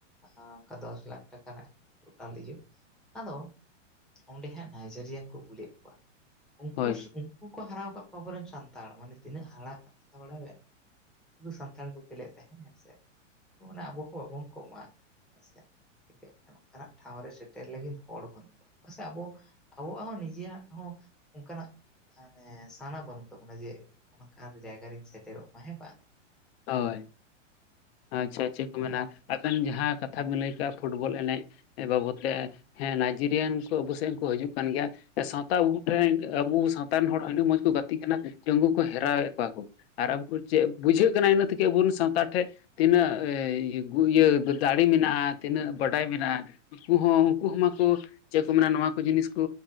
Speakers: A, in the centre; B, on the left.
A: ᱟᱸ ᱚᱠᱟ ᱫᱚᱥ ᱞᱟᱠᱷ ᱴᱟᱠᱟ ᱨᱮᱱᱟᱜ ᱴᱳᱴᱟᱞ ᱤᱭᱟᱹ ᱟᱫᱚ ᱚᱸᱰᱮ ᱦᱟᱸᱜ ᱱᱟᱭᱡᱮᱨᱤᱭᱟᱱ ᱠᱩ ᱩᱜᱩᱞᱮᱫ ᱠᱩᱣᱟ ᱩᱝᱠᱩᱥ
B: ᱦᱳᱭ
A: ᱩᱝ ᱩᱝᱠᱩ ᱠᱚ ᱦᱟᱨᱟᱣ ᱠᱟᱜ ᱠᱚᱣᱟ ᱟᱵᱚᱨᱮᱱ ᱥᱟᱱᱛᱟᱲ ᱢᱟᱱᱮ ᱛᱤᱱᱟᱹᱜ ᱦᱟᱲᱟᱜ ᱠᱟᱛᱷᱟ ᱵᱟᱰᱟᱭᱟ ᱵᱮᱱ ᱥᱩᱫᱩ ᱥᱟᱱᱛᱟᱲ ᱠᱩ ᱠᱷᱮᱞᱮᱫ ᱛᱟᱦᱮᱸ ᱦᱮᱸ ᱥᱮ ᱚᱱᱟ ᱟᱹᱵᱩ ᱦᱚᱸ ᱵᱟᱹᱵᱩᱱ ᱠᱚᱢᱟ ᱦᱮᱸ ᱥᱮ ᱮᱱᱛᱮᱜ ᱚᱱᱠᱟᱱᱟᱜ ᱴᱷᱟᱶ ᱨᱮ ᱥᱮᱴᱮᱨ ᱞᱟᱹᱜᱤᱫ ᱦᱚᱲ ᱵᱟᱹᱱᱩᱜ ᱠᱚᱣᱟ ᱯᱟᱥᱮᱜ ᱟᱵᱚ ᱟᱵᱚᱣᱟᱜ ᱦᱚᱸ ᱱᱤᱡᱮᱭᱟᱜ ᱦᱚᱸ ᱚᱝᱠᱟᱱᱟᱜ ᱢᱟᱱᱮ ᱥᱟᱱᱟ ᱵᱟᱹᱱᱩᱜ ᱛᱟᱵᱚᱱᱟ ᱡᱮ ᱚᱱᱟᱠᱟᱱ ᱡᱟᱭᱜᱟ ᱨᱮᱧ ᱥᱮᱴᱮᱨᱚᱜ ᱢᱟ ᱦᱮᱸ ᱵᱟᱝ
B: ᱦᱳᱭ ᱟᱪᱪᱷᱟ ᱟᱨ ᱪᱮᱜ ᱠᱩ ᱢᱮᱱᱟ ᱟᱵᱮᱱ ᱡᱟᱦᱟᱸ ᱠᱟᱛᱷᱟ ᱵᱮᱱ ᱞᱟᱹᱭ ᱠᱟᱜᱼᱟ ᱯᱷᱩᱴᱵᱚᱞ ᱮᱱᱮᱡ ᱵᱟᱵᱚᱛ ᱛᱮ ᱦᱮᱸ ᱱᱟᱭᱡᱮᱨᱤᱭᱟᱱ ᱠᱩ ᱟᱹᱵᱩ ᱥᱮᱜ ᱦᱚᱸ ᱠᱩ ᱦᱟᱹᱡᱩᱜ ᱠᱟᱱ ᱜᱮᱭᱟ ᱥᱟᱶᱛᱟ ᱟᱹᱵᱩ ᱴᱷᱮᱱ ᱟᱹᱵᱩ ᱥᱟᱶᱛᱟ ᱨᱮᱱ ᱦᱚᱲ ᱟᱹᱰᱤ ᱢᱚᱸᱡᱽ ᱠᱩ ᱜᱟᱹᱛᱤᱜ ᱠᱟᱱᱟ ᱡᱮ ᱩᱝᱠᱩ ᱠᱩ ᱦᱮᱨᱟᱣᱮᱫ ᱠᱚᱣᱟ ᱠᱩ ᱟᱨ ᱟᱹᱵᱩ ᱪᱮᱜ ᱵᱩᱡᱷᱟᱹᱜ ᱠᱟᱱᱟ ᱤᱱᱟᱹᱜ ᱛᱮᱜᱮ ᱟᱹᱵᱩ ᱨᱮᱱ ᱥᱟᱶᱛᱟᱲ ᱴᱷᱮᱡ ᱛᱤᱱᱟᱹᱜ ᱮᱭ ᱜᱩ ᱤᱭᱟᱹ ᱫᱟᱲᱮ ᱢᱮᱱᱟᱜᱼᱟ ᱛᱤᱱᱟᱹᱜ ᱵᱟᱰᱟᱭ ᱢᱮᱱᱟᱜᱼᱟ ᱩᱝᱠᱩ ᱦᱚᱸ ᱩᱝᱠᱩ ᱦᱚᱸ ᱢᱟᱠᱩ ᱪᱮᱜ ᱠᱩ ᱢᱮᱱᱟ ᱱᱚᱣᱟ ᱠᱩ ᱡᱤᱱᱤᱥ ᱠᱩ